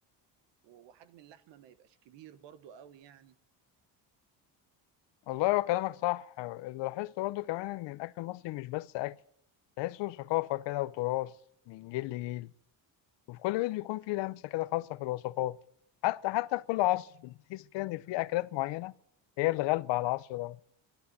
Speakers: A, on the right; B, on the left.
A: و- وحجم اللحمة ما يبقاش كبير برضو قوي يعني
B: والله هو كلامك صح اللي لاحظته برضو كمان إن الأكل المصري مش بس أكل تحسه ثقافة كده وتراث من جيل لجيل وفي كل بيت بيكون فيه لمسة كده خاصة في الوصفات حتى حتى في كل عصر بتحس كده إن في أكلات معينة هي اللي غالبة على العصر ده